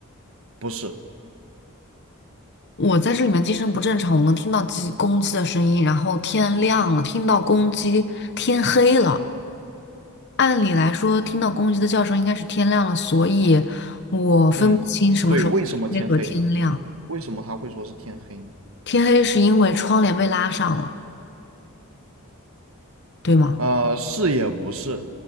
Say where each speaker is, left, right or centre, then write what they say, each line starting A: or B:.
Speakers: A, on the right; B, on the left.
A: 不是，
B: 我在这里面精神不正常，我能听到鸡公鸡的声音，然后天亮了，听到公鸡，天黑了。按理来说，听到公鸡的叫声应该是天亮了，所以我分不清什么时候天黑和天亮。
A: 嗯，对，为什么天黑呢？为什么他会说是天黑呢？
B: 天黑是因为窗帘被拉上了，对吗？
A: 呃，是也不是，